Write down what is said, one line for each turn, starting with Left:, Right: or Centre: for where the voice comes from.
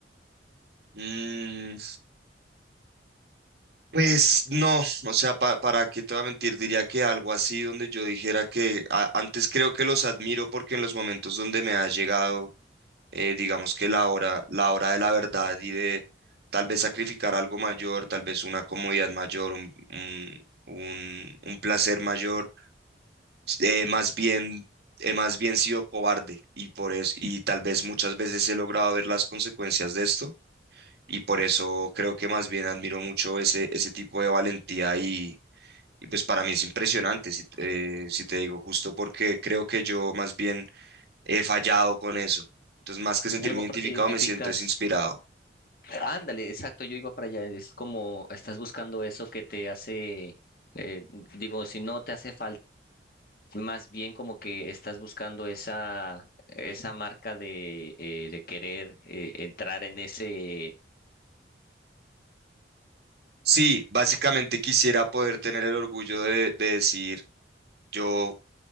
Right: Mm, pues no, o sea, pa- para qué te voy a mentir, diría que algo así donde yo dijera que a- antes creo que los admiro porque en los momentos donde me ha llegado, eh, digamos que la hora, la hora de la verdad y de tal vez sacrificar algo mayor, tal vez una comodidad mayor, un, un, un- un placer mayor, eh, más bien, he más bien sido cobarde y por eso, y tal vez muchas veces he logrado ver las consecuencias de esto y por eso creo que más bien admiro mucho ese, ese tipo de valentía y, y pues para mí es impresionante, si, eh, si te digo, justo porque creo que yo más bien he fallado con eso. Entonces, más que sentirme
Left: A lo mejor
Right: identificado,
Left: te identificas,
Right: me siento es inspirado.
Left: ándale, exacto, yo iba para allá. Es como estás buscando eso que te hace, eh, digo, si no te hace falta más bien como que estás buscando esa, esa marca de, eh, de querer eh, entrar en ese...
Right: Sí, básicamente quisiera poder tener el orgullo de, de decir, yo